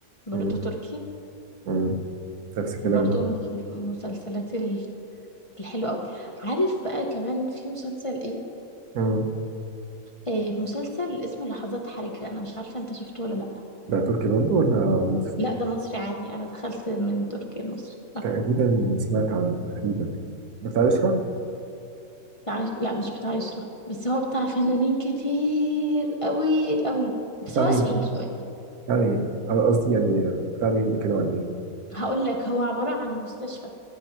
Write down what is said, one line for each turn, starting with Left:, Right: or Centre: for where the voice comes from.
Left: برضو
Right: مم،
Left: تركي
Right: مم. نفس الكلام
Left: برضو
Right: برضه
Left: من المسلسلات ال- الحلوة أوي عارف بقى كمان في مسلسل إيه
Right: مم.
Left: آه، مسلسل اسمه لحظات حرجة أنا مش عارفة أنت شفته ولا لأ
Right: ده تركي برضه ولا مصري؟
Left: لأ ده مصري عادي أنا دخلت من تركيا المصري
Right: تقريبا سمعت عنه تقريبا ده بتاع يسرا؟
Left: بتاع عش... لا مش بتاع عشرة بس هو بتاع فنانين كتير قوي قوي بس
Right: بتاع
Left: هو
Right: مين؟
Left: قديم شوية
Right: يعني قصدي يعني بتاع مين بيتكلم عن ايه
Left: هقول لك هو عبارة عن مستشفى